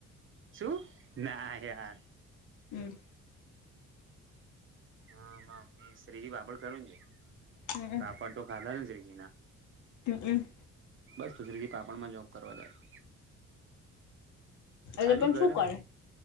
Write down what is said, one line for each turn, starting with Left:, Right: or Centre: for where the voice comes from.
Right: શું ના યાર
Left: હમ
Right: હા મમ્ી શત્રીજી પાપડ કરું છે
Left: હમ
Right: પાપડ તો ખાધા છે ને શ્રીજી ના
Left: તો
Right: બસ તુરી પાપણમાં જોબ કરવા જાય
Left: એટલે
Right: ખાલી
Left: પણ
Right: ગરમ
Left: શું કરે